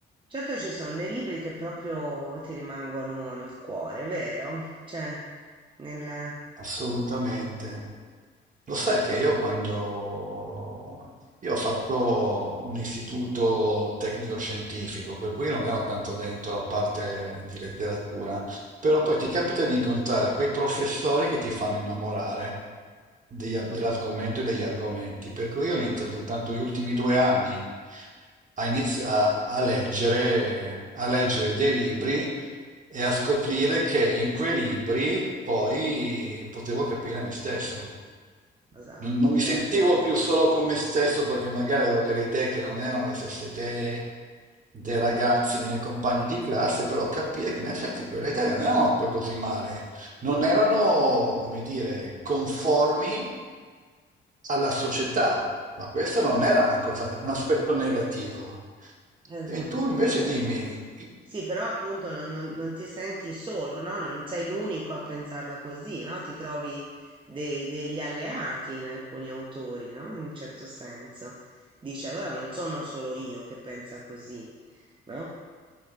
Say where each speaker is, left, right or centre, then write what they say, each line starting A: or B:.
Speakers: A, on the right; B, on the right.
A: Certo ci sono dei libri che proprio ti rimangono nel cuore, vero? Cioè, nel...
B: Assolutamente. Lo sai che io quando... Io ho fatto un istituto tecnico-scientifico, per cui non ne ho tanto dentro la parte di letteratura, però poi ti capita di incontrare quei professori che ti fanno innamorare degli ar-
A: Mm,
B: dell'argomento e degli argomenti, per cui io ho iniziato
A: eh,
B: soltanto gli ultimi due anni a, inizi- a- a leggere, a leggere dei libri e a scoprire che in quei libri poi potevo capire me stesso.
A: esatto,
B: Non, non mi
A: certo.
B: sentivo più solo con me stesso perché magari avevo delle idee che non erano le stesse idee dei ragazzi, dei miei compagni di classe, però capire che in effetti quelle idee non erano poi così male, non erano, come dire, conformi alla società, ma questo
A: eh,
B: non era una cosa, un aspetto negativo.
A: Esatto.
B: E tu invece dimmi, ti
A: Sì, però appunto non, non- non ti senti solo, no? Non sei l'unico a pensarla così, no? Ti trovi dei- degli alleati in alcuni autori, no? In un certo senso. Dici, allora non sono solo io che pensa così, no?